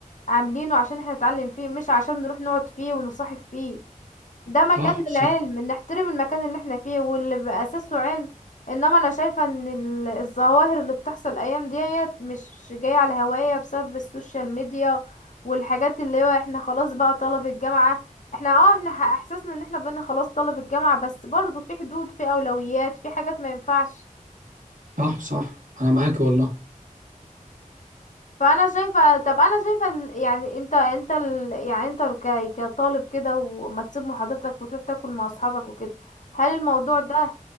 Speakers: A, on the left; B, on the right.
A: عاملينه عشان احنا نتعلم فيه مش عشان نروح نقعد فيه ونصاحب فيه ده مكان
B: صح صح
A: للعلم نحترم المكان اللي احنا فيه واللي بأساسه علم انما انا شايفة ان ال- الظواهر اللي بتحصل الايام ديت مش جاية على هواية بسبب السوشيال ميديا والحاجات اللي هو احنا خلاص بقى طلب الجامعة احنا اه احنا ح- احساسنا ان احنا بقينا خلاص طلب الجامعة بس برضو في حدود في اولويات في حاجات ما ينفعش
B: صح صح انا معاك والله
A: فانا شايفه طب انا شايفه ال- يعني انت انت ال... يعني انت ك... كطالب كده وما تسيب محاضرتك وتروح تاكل مع اصحابك وكده هل الموضوع ده